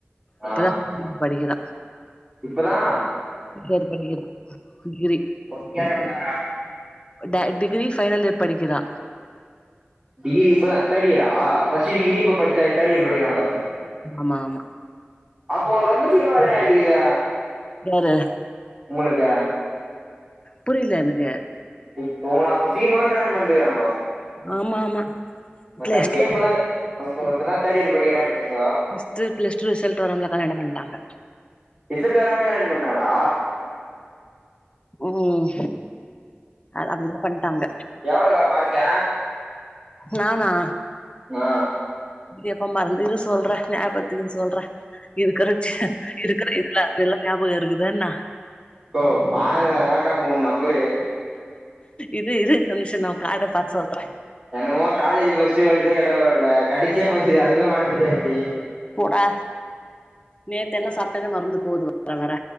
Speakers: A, on the right; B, on the left.
A: ஆ
B: இப்பதா <inaudible> படிக்கிறா
A: இப்பதா
B: <inaudible> படிக்கிறா டிகிரி
A: ஒன்னு கேக்கலக்கா
B: ட டிகிரி ஃபைனலியர் படிக்கிறா
A: டிகிரி இப்பதா தேடியரா ஃபஸ்ட்டு டிகிரி இப்போ படித்த தேடியர் படிக்கிறாங்கொ
B: ஆமா ஆமா
A: அப்போ உங்குக் ரொம்போ சீக்ரமா கல்யாண ஆயிட்டுகுதே
B: யாரு
A: உங்களுக்கு
B: புரில எனக்கு
A: இப்போ உங்கள அப்போ சீக்ரமாவே கல்யாண பண்ட்டுகிறாங்கோ
B: ஆமா ஆமா
A: உங்க
B: பிளஸ்
A: தம்பியே
B: டூ
A: இப்பதா உங்க இப்பதா தடியர் படிகிறான்றிங்கோ
B: நெக்ஸ்ட் பிளஸ் டூ ரிசல்ட வராமலே கல்யாண பண்டாங்க
A: ரிசல்டு வராமலே கல்யாண பண்டாங்களா
B: ம் அது அப்டிதா பண்டாங்க
A: எவ்வளக்கா மார்கு
B: நானா
A: ஆ
B: எப்பா மறந்து இரு சொல்ற ஞாபடுத்தின்னு சொல்ற இருக்கிறச்சு இருக்குற இதுல அதெல்லா ஞாபக இருக்குதான்ன
A: அக்கோ மார்க் அதென்ன கா மூணு நம்பரு
B: இரு இரு ஒரு நிமிஷோ நா காட பார்த்து சொல்ற
A: என்னமோ காலேஜ் பசிச்சிட்டு வலிசயா கெட்டா பரவால கடைசியா படிச்சது அதுவே மறந்துட்டா எப்டி
B: போடா நேத்து என்ன சாப்ட்டனே மறந்து போகுது வர வர